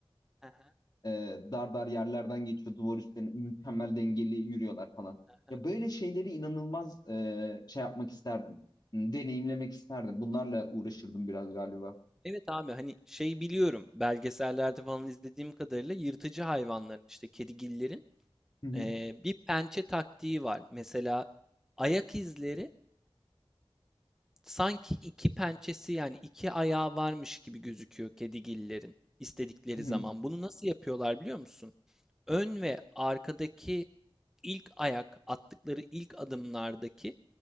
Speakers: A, in the centre; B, on the left (about 45°).
A: Aha,
B: e, dar dar yerlerden geçiyor duvar üstlerine mükemmel dengeli yürüyorlar falan.
A: aha.
B: Ya böyle şeyleri inanılmaz e, şey yapmak isterdim. Hmm, Deneyimlemek isterdim. Bunlarla uğraşırdım biraz galiba.
A: Evet abi hani şey biliyorum belgesellerde falan izlediğim kadarıyla yırtıcı hayvanların işte kedigillerin
B: Hı hı.
A: eee, bir pençe taktiği var. Mesela ayak izleri Sanki iki pençesi yani iki ayağı varmış gibi gözüküyor kedigillerin istedikleri
B: Hı hı.
A: zaman. Bunu nasıl yapıyorlar biliyor musun? Ön ve arkadaki ilk ayak attıkları ilk adımlardaki